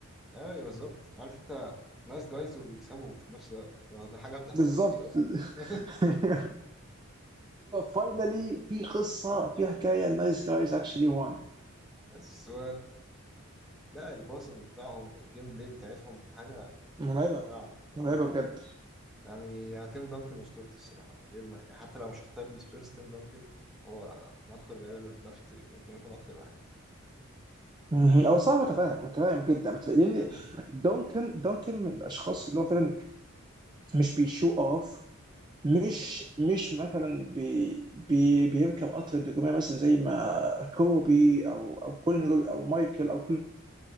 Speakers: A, in the centre; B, on the right.
A: ايوه بالظبط عارف انت نايس جايز وبيكسبوا في نفس الوقت هو ده حاجه ما بتحصلش
B: بالظبط
A: كتير اصلا <laughs>
B: <laughs> فاينلي في قصه في حكايه النايس جايز اكشلي وان
A: بس و... لا الباسنج بتاعهم الجيم بلاي بتاعتهم حاجه
B: مرعبه
A: يعني رائعه رائعه
B: مرعبه بجد
A: يعني يا تيم دانكن اسطورتي الصراحه من غير ما يعني حتى لو مش هختار السبيرز تيم دانكن هو من اكثر اللعيبه اللي بحبها في التاريخ يمكن يكون اكتر واحد
B: مم.
A: آه،
B: او صعب متفاهم متفاهم جدا متفاهم لان
A: أمم،
B: دونكن دونكن من الاشخاص اللي هو فعلا مش بيشو اوف مش مش مثلا بي بي بيركب قطر النجوميه مثلا زي ما كوبي او او كل النجوم او مايكل او كل